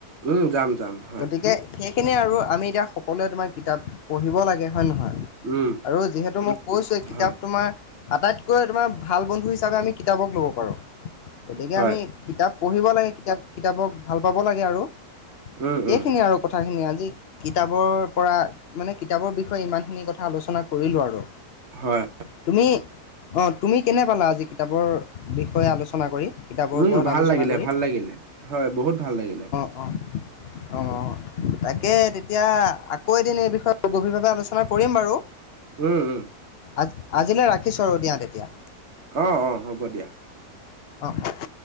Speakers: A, on the right; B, on the left.
A: উম, যাম যাম হয়।
B: গতিকে সেইখিনিয়ে আৰু আমি এতিয়া সকলোৱে তোমাৰ কিতাপ পঢ়িব লাগে হয় নে নহয়?
A: উম।
B: আৰু যিহেতু মই কৈছোঁএ কিতাপ
A: হয়
B: তোমাৰ আটাইতকৈ তোমাৰ ভাল বন্ধু হিচাপে আমি কিতাপক ল'ব পাৰোঁ। গতিকে
A: হয়
B: আমি কিতাপ পঢ়িব লাগে কিতাপ কিতাপক ভাল পাব লাগে আৰু
A: উম
B: সেইখিনিএ
A: উম
B: আৰু। কথাখিনি আজি কিতাপৰ পৰা মানে কিতাপৰ বিষয়ে ইমানখিনি কথা আলোচনা কৰিলোঁ আৰু।
A: হয়
B: তুমি অ, তুমি কেনে পালা আজি কিতাপৰ বিষয়ে আলোচনা কৰি? কিতাপৰ
A: উম,
B: ওপৰত
A: ভাল
B: আলোচনা
A: লাগিলে
B: কৰি
A: ভাল লাগিলে হয় বহুত ভাল লাগিলে।
B: অ, অ, অ। তাকে তেতিয়া আকৌ এদিন এই বিষয়ে গভীৰভাৱে আলোচনা কৰিম বাৰু।
A: উম, উম।
B: আজ আজিলে ৰাখিছোঁ আৰু দিয়া তেতিয়া।
A: অ', অ', হ'ব দিয়া।
B: অ', অ'।